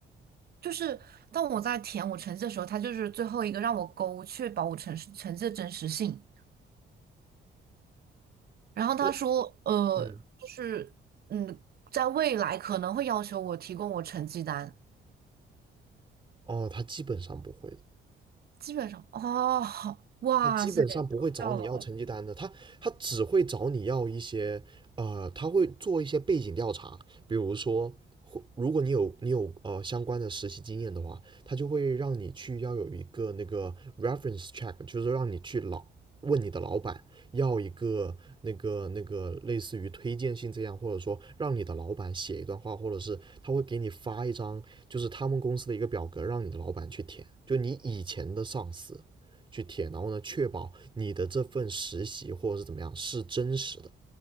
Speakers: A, on the right (about 50°); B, on the right (about 25°).
A: 就是当我在填我成绩的时候，他就是最后一个让我勾，确保我成成绩的真实性。然后他说，
B: 那
A: 呃，
B: 嗯，
A: 就是嗯，在未来可能会要求我提供我成绩单。
B: 哦，他基本上不会的。
A: 基本上哦，好，哇塞，
B: 他基本上不会找你要成绩单的，
A: 超掉了，
B: 他他只会找你要一些，呃，他会做一些背景调查，比如说，如果你有你有呃相关的实习经验的话，他就会让你去要有一个那个 reference check，就是让你去老问你的老板要一个那个那个类似于推荐信这样，或者说让你的老板写一段话，或者是他会给你发一张就是他们公司的一个表格，让你的老板去填，就你以前的上司。去填，然后呢，确保你的这份实习或者是怎么样是真实的。